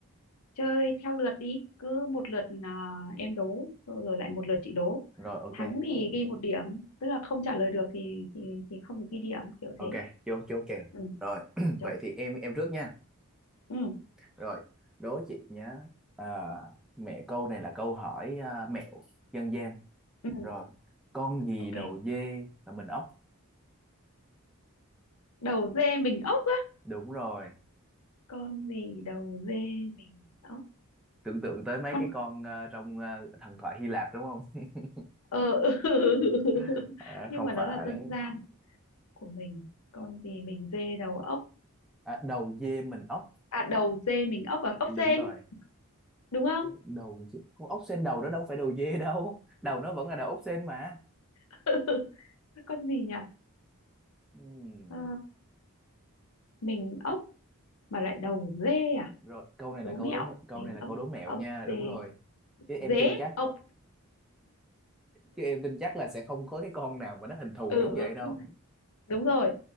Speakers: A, on the left; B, in the centre.
A: chơi theo lượt đi cứ một lượt à, em đố rồi lại một lượt chị đố
B: Rồi, ok.
A: thắng thì ghi một điểm tức là không trả lời được thì thì thì không được ghi điểm kiểu
B: Ok,
A: thế
B: chốt chốt kèo.
A: ừ
B: Rồi, <clears throat>
A: rồi.
B: vậy thì em em trước nha.
A: ừ
B: Rồi, đố chị nhá. À, mẹ câu này là câu hỏi à, mẹo dân gian.
A: ừ
B: Rồi, con gì
A: ok
B: đầu dê là mình ốc?
A: đầu dê mình ốc á
B: Đúng rồi.
A: con gì đầu dê mình ốc
B: Tưởng tượng tới mấy
A: con
B: cái con à, trong à, thần thoại Hy Lạp đúng không? <laughs>
A: ờ <laughs>
B: Ừ. À,
A: nhưng
B: không
A: mà
B: phải.
A: nó là dân gian của mình con gì mình dê đầu ốc
B: À, đầu dê mình ốc.
A: à đầu dê mình ốc và ốc
B: Đúng
A: sên
B: rồi.
A: đúng không
B: đầu chứ con ốc sên đầu đó đâu phải đầu dê đâu đầu nó vẫn là đầu ốc sên mà
A: <laughs> con gì nhỉ
B: Ừm,
A: Ờ, mình ốc mà lại đầu dê à
B: rồi câu này
A: đố
B: là câu
A: mẹo
B: đố câu
A: mình
B: này là
A: ốc
B: câu đố mẹo
A: ốc
B: nha
A: dê
B: đúng rồi chứ em
A: dế
B: tin chắc
A: ốc
B: chứ em tin chắc là sẽ không có cái con nào mà nó hình thù
A: ừ
B: giống
A: ừ,
B: vậy đâu
A: không đúng rồi